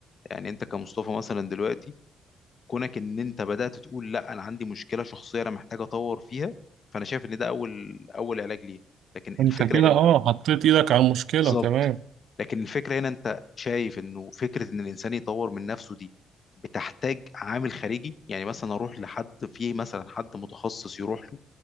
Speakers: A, on the left (about 45°); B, on the right (about 75°).
A: يعني انت كمصطفى مثلا دلوقتي كونك ان انت بدأت تقول لا انا عندي مشكلة شخصية انا محتاج اطور فيها فانا شايف ان ده اول اول علاج ليه لكن
B: انت
A: الفكرة
B: كده
A: هنا
B: اه حطيت ايدك على المشكلة
A: بالظبط
B: تمام
A: لكن الفكرة هنا انت شايف انه فكرة ان الانسان يطور من نفسه دي بتحتاج عامل خارجي يعني مثلا اروح لحد فيه مثلا حد متخصص يروح له